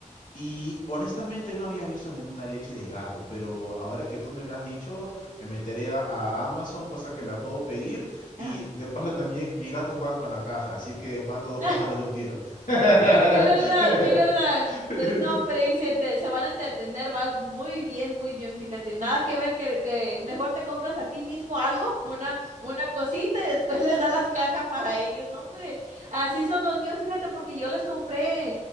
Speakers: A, on the left; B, on the right.
A: Y honestamente no había visto ninguna leche de gato, pero ahora que tú me lo has dicho, me meteré a, a Amazon, cosa que la puedo pedir, y
B: Ajá.
A: de paso también mis gatos juegan con la caja, así que mato dos
B: <laughs>
A: pájaros de un tiro. <laughs>
B: Sí, verdad, sí, verdad.
A: <laughs>
B: No, hombre, y se, te- se van a entretener, vas muy bien, muy bien, fíjate, nada que ver que, que mejor te compras a ti mismo algo, una, una cosita y después <laughs> les da las cajas para ellos, no, hombre, así son los míos, fíjate, porque yo les compré